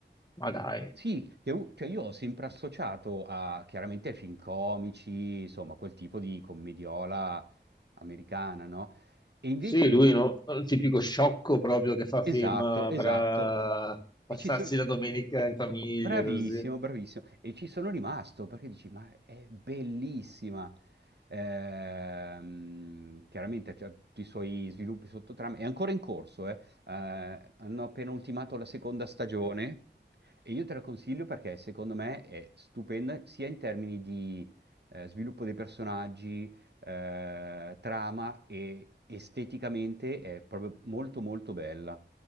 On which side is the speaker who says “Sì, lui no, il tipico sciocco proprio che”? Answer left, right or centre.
Left